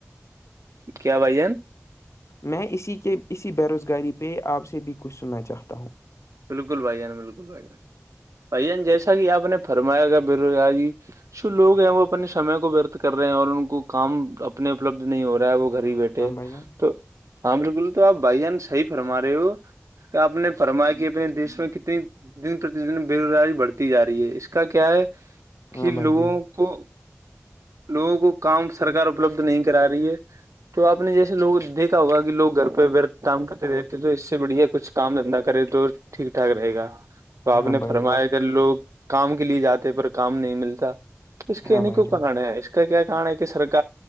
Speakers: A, on the right; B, on the left.
A: کیا بایی جان
B: میں اسی کے اسی بے روزگاری پہ آپ سے بھی کچھ سننا چاہتا ہوں
A: بالکل بھائی جان بالکل بھائی جان بھائی جان جیسا کہ آپ نے فرمایا گ بے روزگاریاری جو لوگ ہیں وہ اپنے سمے کو ورت کر رہے ہیں اور ان کو کام اپنے اپلبد نہیں ہو رہا ہے وہ گھر ہی بیٹھے
B: ہاں
A: ہے
B: بھائی جان
A: تو ہاں بالکل تو آپ بھائی جان صحیح فرما رہے ہو کہ آپ نے فرما کہ اپنے دیش میں کتنی دن پرتی دن بے روزگاری بڑھتی جا رہی ہے اس کا کیا ہے کہ
B: ہاں بھائی
A: لوگوں
B: جان
A: کو لوگوں کو کام سرکار اپلبدھ نہیں کرا رہی ہے تو آپ نے جیسے لوگ دیکھا ہوا کہ لوگ گھر پہ بت کام کرتے رہتے تو اس سے بڑھیا کچھ کام دھندا کرے تو ٹھیک ٹھاک رہے گا تو آپ
B: ہاں
A: نے
B: بھائی
A: فرمایا
B: جان
A: اگر لوگ کام کے لیے جاتے پر کام نہیں ملتا اس کے
B: ہاں
A: انیکوں
B: بھائی جان
A: کارن ہے کا کیا کنا ہے کہ سرک